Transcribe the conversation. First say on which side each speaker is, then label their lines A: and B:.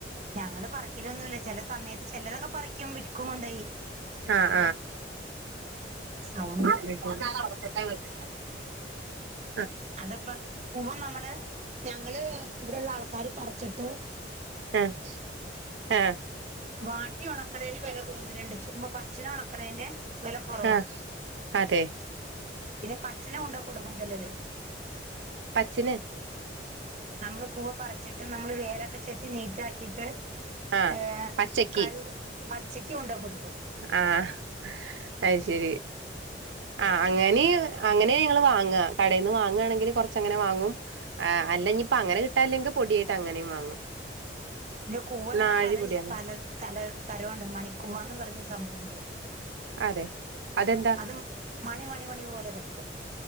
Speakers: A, on the right; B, on the right.
A: ഞങ്ങള് പറിക്കലൊന്നുല്ല ചെല സമയത്ത് ചിലരൊക്കെ പറിക്കും വിൽക്കും കൊണ്ടോയി
B: അഹ്
A: സൗണ്ട്
B: അഹ് അതാവടെന്നെവേച്ച്ക്കാ
A: അതപ്പ കൂവ നമ്മള് ഞങ്ങള് ബെടള്ള ആൾക്കാാര് പർച്ചിട്ട്
B: ഏഹ് ഏഹ്
A: വാട്ടി ഓണക്കണേന് വെല കൂടുതല്ണ്ട്. ചുമക് പച്ചന ഒണക്കണേന് വെല കൊറവാ
B: ആഹ് അതെ
A: പിന്നെ പച്ചന കൊണ്ടോ കൊടുക്കും ചെലര്
B: പച്ചിന്
A: നമ്മള് കൂവ പറച്ചിട്ട് നമ്മള് വേരൊക്കെ ചെത്തി നീറ്റ ആക്കിയിട്ട്
B: ആഹ്
A: ഏ
B: പച്ചക്ക്
A: കഴ് പച്ചക്ക് കൊണ്ടാ കൊടുക്കും
B: ആഹ് അത് ശരി ആഹ് അങ്ങനെ അങ്ങനേ ഞങ്ങള് വാങ്ങാ കടയിന്ന് വാങ്ങാണെങ്കില് കൊറ ച്ചങ്ങനെ വാങ്ങും ആഹ് അല്ലഞ്ഞിപ്പങ്ങനെ കിട്ടാല്ലെങ്കി പൊടിയാട്ട് അങ്ങനീം വാങ്ങും
A: ഇല്ല കൂവ തന്നെ
B: നാഴി
A: പലയീ
B: പൊടി അങ്ങനെ
A: പല തല തരൊണ്ട് മണിക്കൂവാന്ന് പറഞ്ഞൊരു സംഭവൊണ്ട്
B: അതെ അതെന്താ
A: അതും മണി മണി മണി പോലെ കിടക്കും